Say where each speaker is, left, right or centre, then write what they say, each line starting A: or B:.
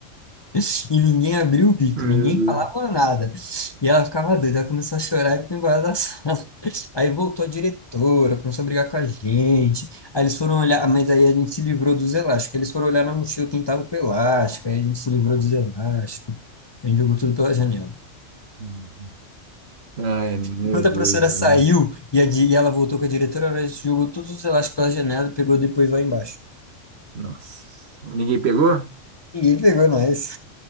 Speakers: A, on the left; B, on the right.
A: <laughs> E ninguém abriu o bico,
B: Meu
A: ninguém falava
B: Deus.
A: nada. E ela ficava doida, ela começou a chorar e foi embora da <laughs> sala. Aí voltou a diretora, começou a brigar com a gente. Aí eles foram olhar, mas aí a gente se livrou dos elásticos. Eles foram olhar na mochila quem tava com elástico, aí a gente se livrou dos elásticos. A gente jogou tudo pela janela.
B: hum. Ai, meu
A: Enquanto
B: Deus,
A: a professora
B: Ana.
A: saiu e, a di- e ela voltou com a diretora, ela jogou todos os elásticos pela janela e pegou depois lá embaixo.
B: Nossa. Ninguém pegou?
A: Ninguém pegou nós.